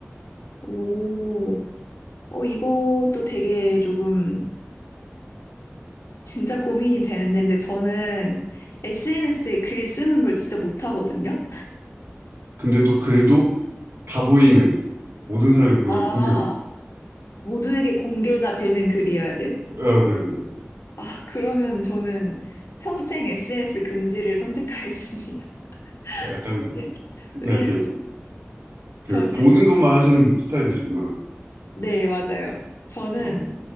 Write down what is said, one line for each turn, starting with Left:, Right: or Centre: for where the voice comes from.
Left: 오, 어, 이것도 되게 조금 진짜 고민이 되는데, 근데 저는 SNS에 글 쓰는 걸 진짜 못하거든요.
Right: 근데 또 글도 다 보이는 모든 사람이 보는
Left: 아.
Right: 공유한.
Left: 모두에게 공개가 되는 글이어야 돼요?
Right: 아, 네, 네, 네.
Left: 아, 그러면 저는 평생 SNS 금지를 선택하겠습니다.
Right: 아, 약간
Left: <laughs> 네.
Right: 그냥
Left: 왜냐면
Right: 이렇게
Left: 저는,
Right: 그 보는 것만 하시는 스타일이시구나.
Left: 네, 맞아요. 저는
Right: 어,